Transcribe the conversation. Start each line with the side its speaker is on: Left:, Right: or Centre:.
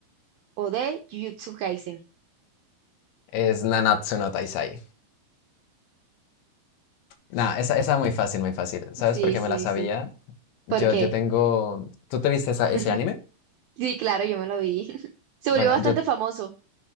Right: O D, Jujutsu Kaisen.
Left: Es Nanatsu no Taizai. Nah, esa, esa muy fácil, muy fácil. ¿Sabes
Right: Sí,
Left: por qué
Right: sí,
Left: me la sabía?
Right: sí. ¿Por
Left: Yo,
Right: qué?
Left: yo tengo... ¿Tú te viste esa-
Right: <laughs>
Left: ese anime?
Right: Sí, claro, yo me lo vi. <laughs> Se
Left: Bueno,
Right: volvió bastante
Left: yo...
Right: famoso.